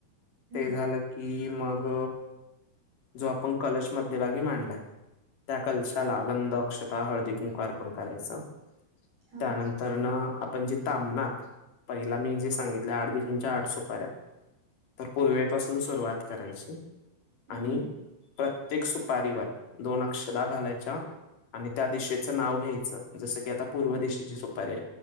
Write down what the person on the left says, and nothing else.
ते झालं की मग जो आपण कलश मध्यभागी मांडलाय. त्या कलशाला गंध अक्षतः हळदी कुंकार पण करायचं
त्यानंतर तर ना आपण जे तांबणार पहिला मी जे सांगितले आठ दिवसांच्या आठ सुपाऱ्या तर पूर्वेपासून सुरुवात करायची
आणि प्रत्येक सुपारीवर दोन अक्षर घालायच्या. आणि त्या दिशेचं नाव घ्यायचं जसं की आता पूर्व
दिशेची सुपारी